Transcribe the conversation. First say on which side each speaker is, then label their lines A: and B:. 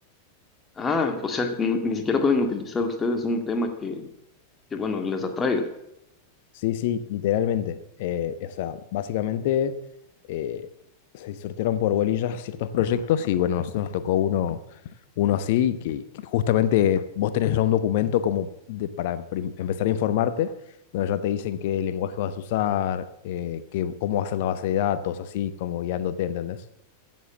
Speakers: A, on the left; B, on the left.
A: Ah, o sea, n- ni siquiera pueden utilizar ustedes un tema que, que bueno, les atraiga.
B: Sí, sí, literalmente. Eh, o sea, básicamente eh, se sortearon por bolillas <laughs> ciertos proyectos y bueno, nosotros nos tocó uno, uno así, que, que justamente vos tenés ya un documento como de- para emprim- empezar a informarte, donde ya te dicen qué lenguaje vas a usar, eh, qué, cómo va a ser la base de datos, así como guiándote, ¿entendés?